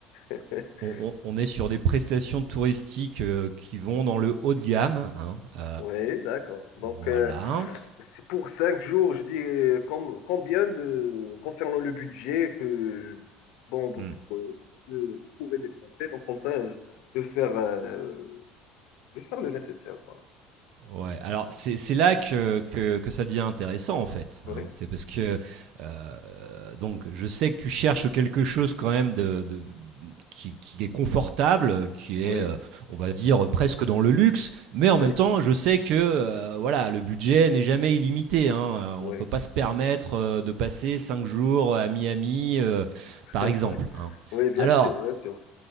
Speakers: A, on the left (about 70°); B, on the right (about 60°).
A: <laughs>
B: on on on est sur des prestations touristiques, heu, qui vont dans le haut de gamme, hein, heu,
A: oui, d'accord. Donc,
B: voilà.
A: euh, c'est pour cinq jours, je dis, euh, com- combien de, concernant le budget que, bon, vous,
B: Mmh.
A: pour- euh, que vous pouvez dépenser. Donc, comme ça, je, je vais faire, euh, je vais faire le nécessaire. Voilà.
B: Ouais, alors c'est c'est là que que que ça devient intéressant, en fait,
A: Oui,
B: hein. C'est parce que, heu, donc je sais que tu cherches quelque chose quand même de de qui qui est confortable, qui
A: oui,
B: est, heu, on va dire, presque dans le luxe, mais en
A: oui,
B: même temps, je sais que, heu, voilà, le budget n'est jamais illimité, hein, heu, on
A: oui.
B: peut pas se permettre, heu, de passer 5 jours, à Miami, heu,
A: <laughs>
B: par exemple, hein.
A: Oui, bien
B: Alors
A: sûr, bien sûr.